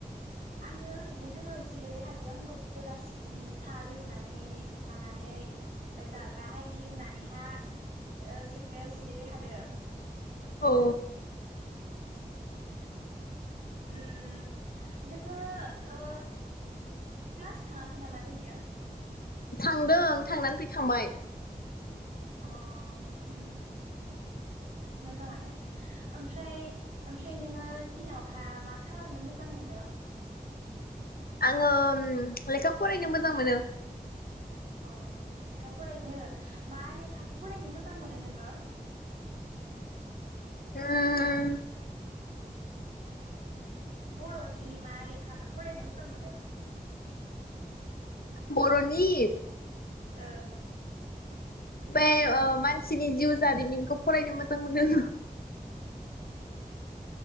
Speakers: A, on the right (about 60°); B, on the left (about 75°).
A: आङो ओरैनो दोङो जिरायबाय हादों आंबो बेलासिनि साहा लोंनानै मानानै जाग्रा हारि लोंनानैहा ओ सेथ्लायाव जिरायबाय हादों
B: औ
A: उम नोङो ओ क्लास थाङाखै नामा दोनैयो
B: थांदों थांनानै फैखांबाय
A: अ उम मोजाङानो ओमफ्राय ओमफ्राय नोङो दिनावहा मा खालामनो मोजां मोनो
B: आङो लेखा फरायनो मोजां मोनो
A: अ लेखा फरायनो मा लेखाखौ फरायनो मोजां मोजां मोनो नोङो
B: उम
A: बर'नि मा लेखाखौ फरायनो मोजां मोनो?
B: बर'नि
A: ओ
B: ओमफाय मानसिनि जिउ जारिमिनखौ फरायनो मोजां मोनो।